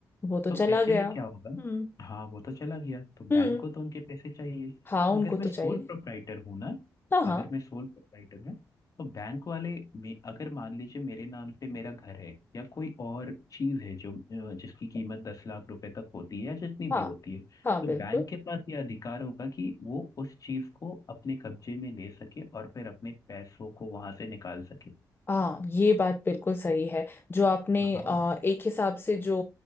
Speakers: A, on the left (about 30°); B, on the left (about 50°).
A: वो तो
B: तो
A: चला
B: ऐसे
A: गया
B: में
A: हम्म
B: क्या होगा हाँ वो तो चला गया तो
A: हम्म
B: बैंक को तो उनके पैसे चाहिए
A: हाँ
B: तो
A: उनको
B: अगर
A: तो
B: मैं सोल
A: चाहिए
B: प्रोप्राइटर हूँ ना
A: हाँ हाँ
B: अगर मैं सोल प्रोप्राइटर हूँ तो बैंक वाले मे, अगर मान लीजिए मेरे नाम पे मेरा घर है या कोई और चीज है जो अ, जिसकी कीमत दस लाख रुपए तक होती है या जितनी
A: हाँ
B: भी होती है
A: हाँ
B: तो
A: बिल्कुल
B: बैंक के पास ये अधिकार होगा कि वो उस चीज को अपने कब्जे में ले सके और फिर अपने पैसों को वहां से निकाल सके
A: हाँ ये बात बिल्कुल सही है जो आपने
B: हाँ
A: अ, एक हिसाब से जो